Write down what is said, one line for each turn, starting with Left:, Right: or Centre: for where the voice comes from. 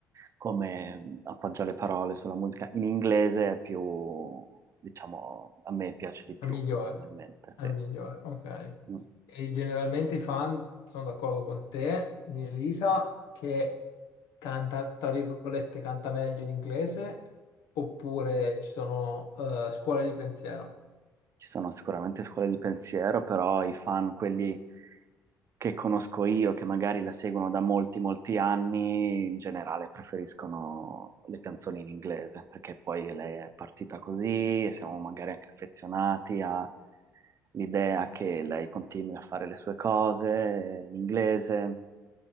Right: come appoggia le parole sulla musica in inglese è più, diciamo, a me piace di più
Left: È migliore,
Right: personalmente,
Left: è
Right: sì.
Left: migliore, ok.
Right: Mm.
Left: E generalmente i fan sono d'accordo con te, di Elisa, che canta, tra virgolette, canta meglio in inglese, oppure ci sono eh, scuole di pensiero,
Right: Ci sono sicuramente scuole di pensiero, però i fan, quelli che conosco io, che magari la seguono da molti, molti anni, in generale preferiscono le canzoni in inglese, perché poi lei è partita così e siamo magari anche affezionati all'idea che lei continui a fare le sue cose in inglese,